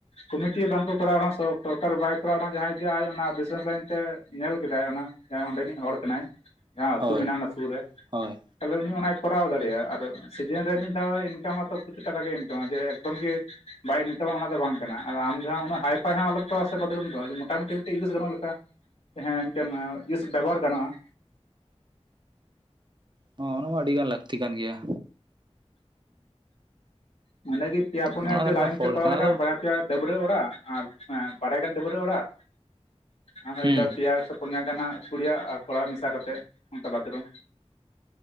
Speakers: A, on the left (about 65°); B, on the right (about 40°).
A: ᱠᱚᱢᱤᱴᱤ ᱵᱟᱝᱠᱚ ᱠᱚᱨᱟᱣ ᱨᱮᱦᱚᱸ ᱥᱚᱨᱠᱟᱨ ᱵᱟᱭ ᱠᱚᱨᱟᱣ ᱨᱮᱦᱚᱸ ᱡᱟᱦᱟᱸᱭ ᱜᱮ ᱟᱡ ᱚᱱᱟ ᱵᱤᱥᱮᱥ ᱞᱟᱭᱤᱱ ᱛᱮ ᱧᱮᱞ ᱠᱮᱫᱟᱭ ᱚᱱᱟ ᱡᱟᱦᱟᱸᱭ ᱚᱸᱰᱮᱱᱤᱡ ᱦᱚᱲ ᱠᱟᱱᱟᱭ ᱡᱟᱦᱟᱸ ᱟᱹᱛᱩ
B: ᱦᱳᱭ
A: ᱢᱮᱱᱟᱜᱼᱟ ᱚᱱᱟ ᱥᱩᱨ ᱨᱮ
B: ᱦᱳᱭ
A: ᱛᱟᱦᱚᱞᱮ ᱩᱱᱤ ᱚᱱᱟᱭ ᱠᱚᱨᱟᱣ ᱫᱟᱲᱮᱭᱟᱜᱼᱟ ᱟᱫᱚ ᱥᱤᱡᱤᱱ ᱨᱮ ᱢᱤᱫ ᱫᱷᱟᱣ ᱤᱱᱠᱟᱢᱟᱛᱚ ᱯᱚᱪᱩᱨᱴᱟᱠᱟ ᱜᱮ ᱤᱱᱠᱟᱢᱟ ᱡᱮ ᱮᱠᱫᱚᱢ ᱜᱮ ᱵᱟᱭ ᱤᱱᱠᱟᱢᱟ ᱚᱱᱟ ᱫᱚ ᱵᱟᱝ ᱠᱟᱱᱟ ᱟ ᱟᱢ ᱡᱟᱦᱟᱸ ᱩᱱᱟᱹᱜ ᱦᱟᱭᱯᱷᱟᱭ ᱦᱚᱸ ᱟᱞᱚᱢ ᱠᱚᱨᱟᱣᱟ ᱥᱮ ᱵᱟᱛᱷᱨᱩᱢ ᱫᱚ ᱢᱚᱴᱟᱢᱩᱴᱤ ᱤᱭᱩᱡᱽ ᱜᱟᱱᱚᱜ ᱞᱮᱠᱟ ᱦᱮᱸ ᱤᱱᱠᱟᱹᱱ ᱤᱭᱩᱥ ᱵᱮᱵᱚᱦᱟᱨ ᱜᱟᱱᱚᱜᱼᱟ
B: ᱦᱚᱸ ᱚᱱᱟ ᱢᱟ ᱟᱹᱰᱤ ᱜᱟᱱ ᱞᱟᱹᱠᱛᱤ ᱠᱟᱱ ᱜᱮᱭᱟ
A: ᱦᱩᱸ ᱚᱸᱰᱮ ᱜᱮ ᱯᱮᱭᱟ ᱯᱩᱱᱭᱟ
B: ᱚᱱᱟ
A: ᱡᱩᱫᱤ
B: ᱫᱚ ᱢᱤᱫᱴᱟᱝ
A: ᱞᱟᱭᱤᱱ
B: ᱯᱷᱚᱞᱴ
A: ᱛᱮ ᱠᱚᱨᱟᱣ
B: ᱠᱟᱱᱟ
A: ᱞᱮᱠᱷᱟᱱ
B: ᱟᱫᱚ
A: ᱵᱟᱨᱭᱟ ᱯᱮᱭᱟ ᱰᱟᱹᱵᱨᱟᱹ ᱚᱲᱟᱜ ᱟᱨ ᱵᱟᱨᱟᱭᱟ ᱜᱟᱱ ᱰᱟᱹᱵᱨᱟᱹ ᱚᱲᱟᱜ ᱟᱨ ᱦᱚᱭᱛᱚ
B: ᱦᱩᱸ
A: ᱯᱮᱭᱟ ᱯᱚᱱᱭᱟ ᱜᱟᱱ ᱦᱟᱸᱜ ᱠᱩᱲᱤᱭᱟᱜ ᱟᱨ ᱠᱚᱲᱟᱜ ᱢᱮᱥᱟ ᱠᱟᱛᱮ ᱚᱝᱠᱟ ᱵᱟᱛᱽᱨᱩᱢ